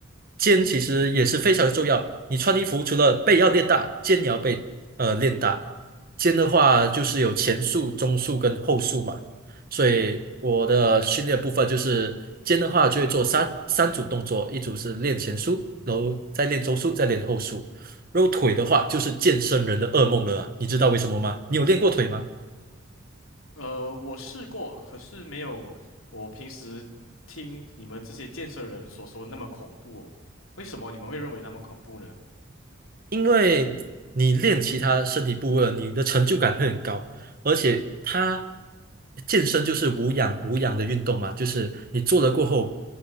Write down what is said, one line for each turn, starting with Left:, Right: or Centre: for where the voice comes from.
Right: 肩其实也是非常重要，你穿衣服除了背要练大，肩也要背呃练大。肩的话就是有前束、中束跟后束嘛。所以我的训练部分就是肩的话就会做三三组动作，一组是练前束，然后再练中束，再练后束。然后腿的话就是健身人的噩梦了啊你知道为什么吗？你有练过腿吗？
Left: 呃，我试过，可是没有我平时听你们这些健身人所说的那么恐怖哦。为什么你们会认为那么恐怖呢？
Right: 因为你练其他身体部位了，你的成就感会很高，而且它健身就是无氧无氧的运动嘛，就是你做了过后